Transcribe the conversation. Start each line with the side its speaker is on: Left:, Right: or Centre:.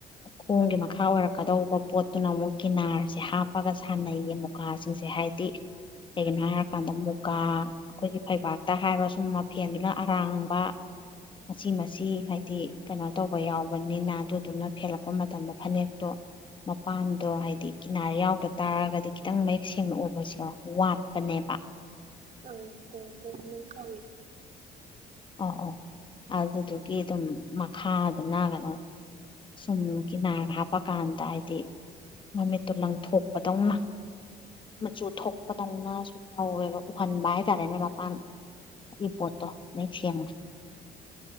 Left: ꯈꯣꯡꯒꯤ ꯃꯈꯥ ꯑꯣꯏꯔꯛꯀꯗꯧꯕ ꯄꯣꯠꯇꯨꯅ ꯑꯃꯨꯛ ꯀꯤꯅꯥꯔꯁꯦ ꯍꯥꯞꯄꯒ ꯁꯥꯟꯅꯩꯌꯦ ꯃꯨꯀꯥꯁꯤꯡꯁꯦ ꯦ ꯍꯥꯏꯗꯤ ꯀꯩꯒꯤꯅꯣ ꯍꯥꯏꯔꯀꯥꯟꯗ ꯃꯨꯀꯥ ꯑꯩꯈꯣꯏꯒꯤ ꯐꯩꯕꯥꯛ ꯇ ꯍꯥꯏꯔꯣ ꯁꯨꯝ ꯃꯐꯦꯟꯗꯨꯅ ꯑꯔꯥꯡꯕ ꯉꯆ ꯃ ꯍꯥꯏꯗꯤ ꯀꯩꯅꯣ ꯇꯧꯕ ꯌꯥꯎꯕꯅꯤꯅ ꯑꯗꯨꯗꯨꯅ ꯐꯦꯜꯂꯛꯄ ꯃꯇꯝꯗ ꯐꯅꯦꯛꯇꯣ ꯃꯄꯥꯟꯗꯣ ꯍꯥꯏꯗꯤ ꯀꯤꯅꯥꯔ ꯌꯥꯎꯗ ꯇꯥꯔꯒꯗꯤ ꯈꯤꯇꯪ ꯃꯌꯦꯛ ꯁꯦꯡꯅ ꯎꯕꯁꯦ ꯋꯥꯠꯄꯅꯦꯕ
Right: ꯑ ꯀ ꯀ
Left: ꯑ ꯑ ꯑꯗꯨꯗꯨꯒꯤ ꯑꯗꯨꯝ ꯃꯈꯥꯗꯨꯅ ꯀꯩꯅꯣ ꯁꯨꯝꯒꯤ ꯅꯥꯒ ꯍꯥꯞꯄꯀꯥꯟꯗ ꯍꯥꯏꯗꯤ ꯃꯃꯤꯠꯇꯨ ꯂꯪꯊꯣꯛꯄꯗꯧꯅ ꯃꯆꯨ ꯊꯣꯛꯄꯗꯧꯅꯁꯨ ꯇꯧꯋꯦꯕ ꯎꯍꯟꯕ ꯍꯥꯏꯇꯥꯔꯦꯅꯦ ꯑꯗꯨꯒꯤ ꯄꯣꯠꯇꯣ ꯃꯌꯦꯛ ꯁꯦꯡꯅ